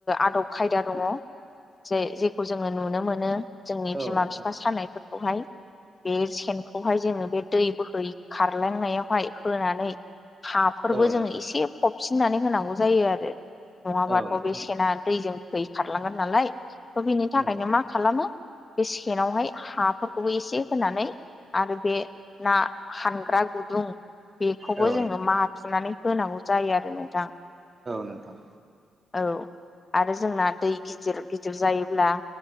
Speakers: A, on the left; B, on the right.
A: आदब खायदा दङ जे जेखौ जोङो नुनो मोनो जोंनि
B: औ
A: बिमा
B: नोंथां
A: बिफा सानायफोरखौहाय बे सेनखौहाय जोङो बे दै बोहै खारलांनायावहाय होनानै हाफोरबो
B: औ
A: जोङो
B: नोंथां
A: एसे फबसििननानै होनांगौ जायो आरो नङाबाथ'
B: औ नोंथां
A: बे सना दैजों दै खारलांगोन नालाय थ' बिनि थाखायनो
B: नंगौ
A: मा खालामो बे सेनावहाय हाफोरखौबो एसे होनानै आरो बे ना हानग्रा गुदुं बेखौबो
B: औ
A: जोङो माथुनानै होनांगौ जायो आरो नोंथां
B: नोंथां
A: औ आरो जोंना दै गिदिर गिदिर जायोब्ला